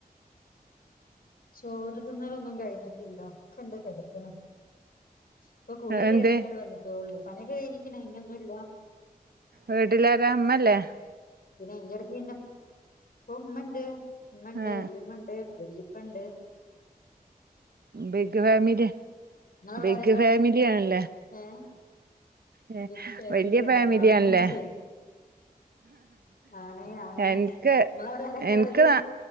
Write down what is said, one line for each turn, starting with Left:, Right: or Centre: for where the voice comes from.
Left: ചോറ്തിന്നാല് ഒന്നും കഴിഞ്ഞിട്ടില്ല ഒക്കെ ഉണ്ട് കിടക്കണം ഇപ്പം കൂളിയെക്കെ
Right: എന്തേ
Left: കഴിഞ്ഞ് ഇങ്ങോട്ട് വന്നിട്ടേ ഉള്ളു പണിയൊക്കെ കഴഞ്ഞേക്കണ് ഇനിയൊന്നും ഇല്ല
Right: വീട്ടിലാര അമ്മയില്ലേ
Left: പിന്നെ അയിൻ്റെയിടക്ക് പിന്നെ ഓ ഉമ്മ ഉണ്ട് ഉമ്മ ഉണ്ട്
Right: ആഹ്
Left: വല്യമ്മ ഉണ്ട് വല്യപ്പ ഇണ്ട്
Right: ബിഗ് ഫാമിലി
Left: ഇങ്ങളവിടെ
Right: ബിഗ്
Left: ആരൊക്കെ
Right: ഫാമിലി
Left: ഉള്ളെ
Right: ആണല്ലേ
Left: ഏഹ്
Right: ല്ലേ
Left: ബിഗ് ഫാമിലിയാണ്
Right: വലിയ ഫാമിലിയണല്ലേ
Left: മാമിണ്ട് ആണ് ആണ്
Right: എനിക്ക്
Left: ഇങ്ങളവിടെ ആരൊക്കെ
Right: എനിക്ക്
Left: ഉള്ളത്
Right: നാ